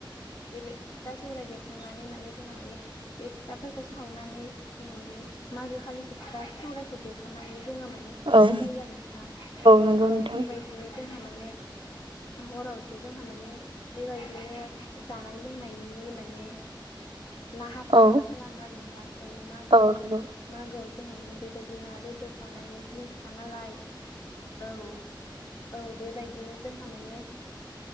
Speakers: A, on the left (about 65°); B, on the right (about 85°).
A: बे फिथा सौरायाइ देखांनानै माने जोंहा माने बे फिथाफोरखौ सावनानै जोङो माने मागो खालिसो फिथा सौरायखौ देखानानै जोङो माने सावनाय
B: औ
A: जायो आरो नोंथां
B: नंगौ
A: औ
B: नोंथां
A: बेबायदिनो जोंहा माने हरावथ' जोंहा माने बेबायदिनो जानाय लोंनायनि माने लाहार फाहार
B: औ
A: खालामो आरो नोंथां औ मागो
B: औ
A: होनो
B: नंगौ
A: मागोआव जोंहा माने बेबायदि ना बेदर जानायनि दिनखा नालाय औ औ बेबायदिनो जोंहा माने